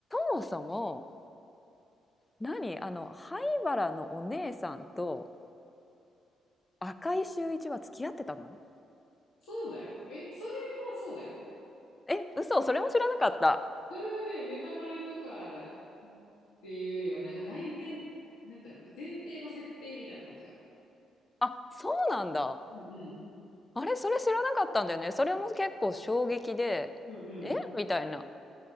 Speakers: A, on the left; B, on the left.
A: そもそも何あの灰原のお姉さんと赤井秀一は付き合ってたの
B: そうだよ。え、それはそうだよ。
A: え嘘それも知らなかった
B: それはね、ネタバレとかっていうよりは、なんか大前、なんだろう、前提の設定みたいな感じが。
A: あそうなんだ
B: うんうん。
A: あれそれ知らなかったんだよねそれも結構衝撃でえみたいな
B: うんうん。